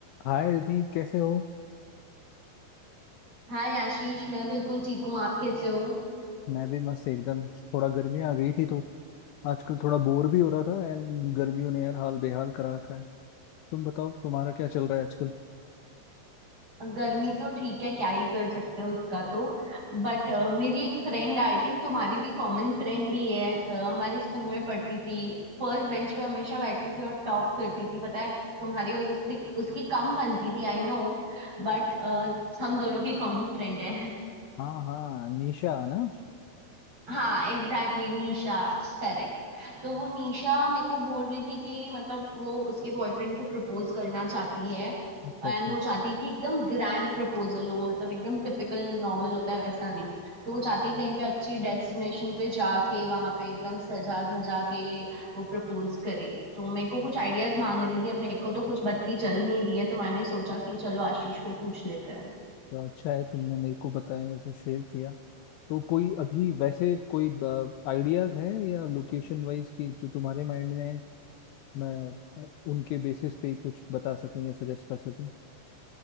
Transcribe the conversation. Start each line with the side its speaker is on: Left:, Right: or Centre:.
Left: हाय रिधि कैसे हो
Right: हाय आशीष मैं बिल्कुल ठीक हूँ आप कैसे हो
Left: मैं भी मस्त एकदम थोड़ा गर्मी आ गई थी तो आजकल थोड़ा बोर भी हो रहा था एंड गर्मियों ने यार हाल बेहाल करा रखा है तुम बताओ तुम्हारा क्या चल रहा है आजकल
Right: गर्मी तो ठीक है क्या ही कर सकते हो उसका तो बट मेरी एक फ्रेंड आई थिंक तुम्हारी भी कॉमन फ्रेंड ही है अ, हमारे स्कूल में पढ़ती थी फर्स्ट बेंच पे हमेशा बैठती थी और टॉप करती थी पता है तुम्हारी और उसकी उसकी कम बनती थी आई नो बट हम दोनों की कॉमन फ्रेंड है
Left: हाँ हाँ निशा ना
Right: हाँ एग्जैक्टली exactly, निशा करेक्ट तो वो निशा मेरे को बोल रही थी कि मतलब वो उसके बॉयफ्रेंड को प्रपोज करना चाहती है
Left: अच्छा
Right: एंड
Left: अच्छा
Right: वो चाहती है कि एकदम ग्रैंड प्रपोजल हो मतलब एकदम टिपिकल नॉर्मल होता है वैसा नहीं तो वो चाहती है कहीं पे अच्छी डेस्टिनेशन पे जाके वहां पे एकदम सजा धजा के वो प्रपोज करे तो मेरे को कुछ आइडियाज मांग रही थी अब मेरे को तो कुछ बत्ती जल नहीं रही है तो मैंने सोचा कि चलो आशीष को पूछ लेते हैं
Left: तो अच्छा है तुमने मेरे को बताया मेरे साथ शेयर किया तो कोई अभी वैसे कोई आइडियाज है या लोकेशन वाइज की जो तुम्हारे माइंड में है मैं उनके बेसिस पे ही कुछ बता सकूं या सजेस्ट कर सकूं